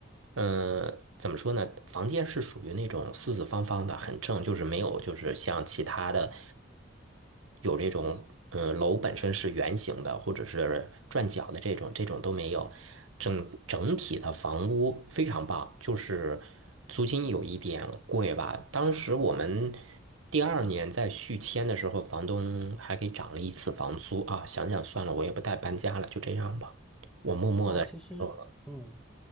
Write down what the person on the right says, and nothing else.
嗯，怎么说呢？房间是属于那种四四方方的，很正，就是没有就是像其他的有这种，嗯，楼本身是圆形的或者是转角的这种，这种都没有。整整体的房屋非常棒，就是租金有一点贵吧。当时我们第二年在续签的时候，房东还给涨了一次房租啊。想想算了，我也不带搬家了，就这样吧。我默默的，
呃